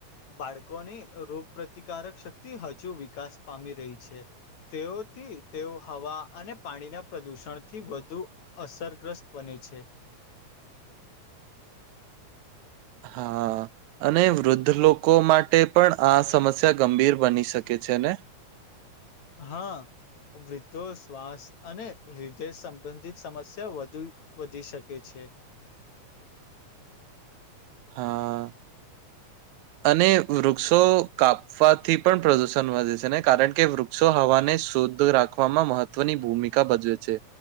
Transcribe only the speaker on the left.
બાળકોની રોગ પ્રતિકારક શક્તિ હજુ વિકાસ પામી રહી છે. તેઓથી તેઓ હવા અને પાણીના પ્રદુષણથી વધુ. અસરગ્રસ્ત બને છે.
હા, વૃદ્ધો શ્વાસ અને હૃદય સંબંધિત સમસ્યા વધુ વધી શકે છે.